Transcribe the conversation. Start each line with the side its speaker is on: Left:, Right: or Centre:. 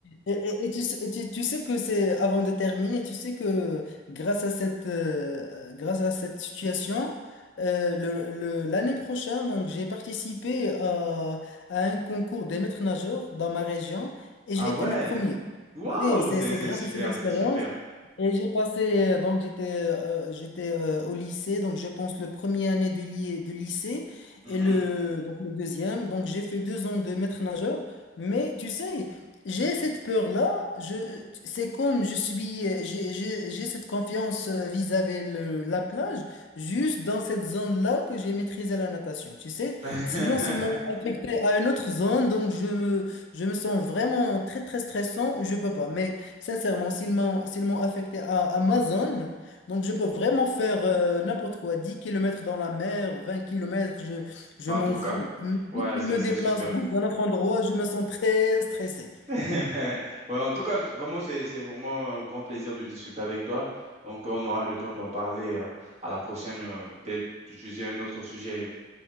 Left: et, et- et tu, sais- et tu, tu sais que c'est, avant de terminer, tu sais que grâce à cette, euh, grâce à cette situation, euh, le, le- l'année prochaine, donc, j'ai participé à, à un concours des maîtres nageurs dans ma région et
Right: Ah
Left: j'ai été
Right: ouais,
Left: le premier.
Right: waouh,
Left: Tu sais, C'est,
Right: c'est,
Left: c'est
Right: c'est
Left: grâce
Right: super,
Left: à cette expérience.
Right: c'est super.
Left: Et j'ai passé, euh, donc j'étais euh, j'étais euh, au lycée, donc je pense le premier année de ly- du lycée
Right: Mhm.
Left: et le, donc, le deuxième. Donc j'ai fait deux ans de maître nageur. Mais tu sais, j'ai cette peur-là, je, c'est comme je suis, euh, j'ai j'ai- j'ai cette confiance euh, vis-à-vis le- la plage, juste dans cette zone-là que j'ai maîtrisé la natation, tu sais.
Right: <laughs>
Left: Sinon, s'ils m'ont affecté à une autre zone, donc je me, je me sens vraiment très, très stressant, je peux pas. Mais sincèrement, s'ils m'ont, s'ils m'ont affecté à, à ma zone, donc je peux vraiment faire euh, n'importe quoi, 10 kilomètres dans la mer, 20 kilomètres je, je
Right: En
Left: m'en
Right: tout cas,
Left: fous. Mais dès
Right: ouais,
Left: qu'ils
Right: c'est,
Left: me
Right: c'est
Left: déplacent
Right: super.
Left: dans un autre endroit, je me sens très stressé.
Right: <laughs> Ouais, en tout cas, vraiment, c'est, c'est vraiment un grand plaisir de discuter avec toi. Donc, on aura le temps d'en parler euh, à la prochaine, euh, peut-être d'utiliser un autre sujet